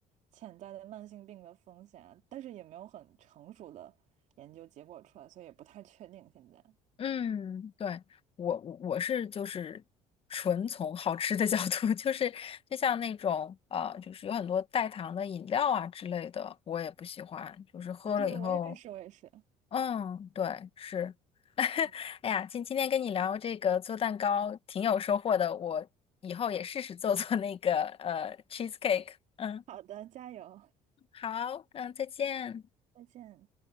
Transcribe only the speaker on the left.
嗯，对，我我我是就是纯从好吃的 <laughs> 角度，<laughs> 就是就像那种啊、呃就是有很多代糖的饮料啊之类的，我也不喜欢，就是喝了以后，
嗯，对，是，<laughs>
哎呀，今今天跟你聊这个做蛋糕挺有收获的，我以后也试试做做那个呃 cheesecake，嗯，
好，嗯，再见。